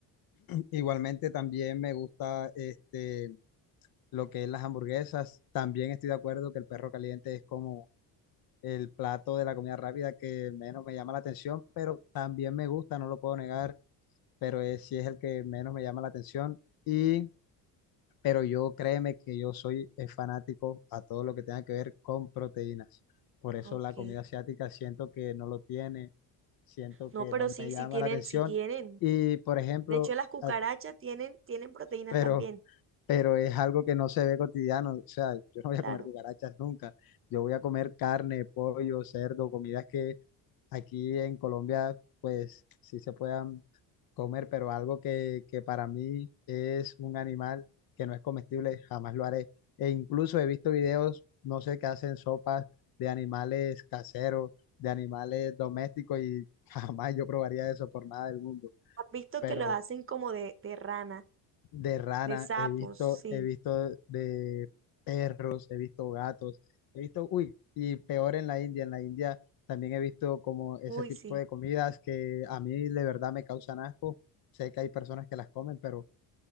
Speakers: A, on the left; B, on the right.
A: Igualmente también me gusta este, lo que es las hamburguesas. También estoy de acuerdo que el perro caliente es como el plato de la comida rápida que menos me llama la atención, pero también me gusta, no lo puedo negar, pero es, sí es el que menos me llama la atención. Y pero yo créeme que yo soy eh, fanático a todo lo que tenga que ver con proteínas. Por eso
B: Ok.
A: la comida asiática siento que no lo tiene, siento
B: No,
A: que
B: pero
A: no
B: sí,
A: me llama
B: sí tienen,
A: la atención.
B: sí tienen.
A: Y por ejemplo,
B: De hecho, las cucarachas
A: a-
B: tienen, tienen proteínas
A: pero
B: también,
A: pero es algo que no se ve cotidiano. O sea, yo no voy
B: claro.
A: a comer cucarachas nunca. Yo voy a comer carne, pollo, cerdo, comidas que aquí en Colombia, pues sí se puedan comer, pero algo que, que para mí es un animal que no es comestible, jamás lo haré. E incluso he visto videos, no sé, que hacen sopas de animales caseros, de animales domésticos y <laughs> jamás yo probaría eso por nada del mundo.
B: Has visto
A: Pero
B: que los hacen como de, de rana,
A: de ranas,
B: de sapos,
A: he visto,
B: sí.
A: he visto de perros, he visto gatos, he visto, uy, y peor en la India, en la India también he visto como ese
B: Uy,
A: tipo
B: sí.
A: de comidas que a mí de verdad me causan asco. Sé que hay personas que las comen, pero